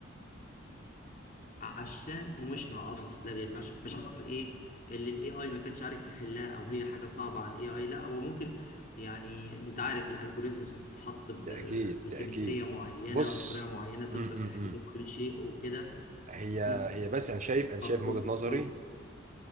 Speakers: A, on the left; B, on the right.
A: عشان ايموشنال عدم فتلاغي مش مش عشان خاطر ايه اللي الاي اي ما كانش عارف يحلها او هي حاجه صعبه على الاي اي لا هو ممكن يعني انت عارف الالجوريزمز بتتحط ب-
B: تأكيد
A: بسيمتريه
B: تأكيد
A: معينه
B: بص
A: وبطريقه معينه تقدر
B: امم
A: تحل كل شيء وكده
B: هي
A: مم.
B: هي بس انا شايف انا
A: بسيط
B: شايف من وجهة نظري
A: قول